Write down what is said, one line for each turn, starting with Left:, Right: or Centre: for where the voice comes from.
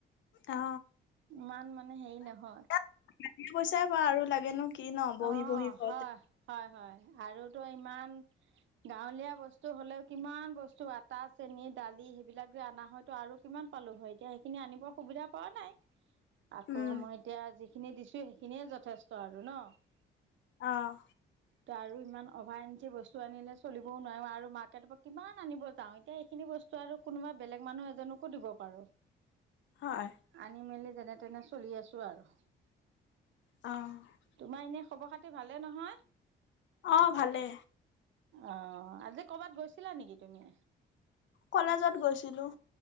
Left: অ
Right: ইমান মানে হেই নহয়।
Left: <unintelligible> যি পইচাই বা আৰু লাগেনো কি ন'? বহি
Right: অ
Left: বহি ঘৰতে।
Right: হয় হয় হয়, আৰুতো ইমান গাঁৱলীয়া বস্তু হ'লেও কিমান বস্তু আটা, চেনি, দালি সেইবিলাক যে আনা হয়তু আৰু কিমান পালোঁ হয়, এতিয়া সেইখিনি আনিবৰ সুবিধা পোৱা নাই।
Left: <inaudible>
Right: আকৌ
Left: উম
Right: মই এতিয়া, যিখিনি দিছোঁ সেইখিনিয়ে যথেষ্ট আৰু ন'?
Left: অঁ।
Right: এতিয়া আৰু ইমান অভাৰেঞ্চি বস্তু আনিলে চলিবও নোৱাৰো আৰু মাৰ্কেটৰ পৰা কিমান আনিব যাওঁ, এতিয়া এইখিনি বস্তু আৰু কোনোবা বেলেগ মানুহ এজনকো দিব পাৰোঁ।
Left: হয়।
Right: আনি-মেলি যেনে তেনে চলি আছোঁ আৰু।
Left: অ'।
Right: তোমাৰ এনেই খবৰ-খাতি ভালেই নহয়?
Left: অ' ভালে।
Right: অ' আজি কৰ'বাত গৈছিলা নেকি তুমি?
Left: কলেজত গৈছিলোঁ।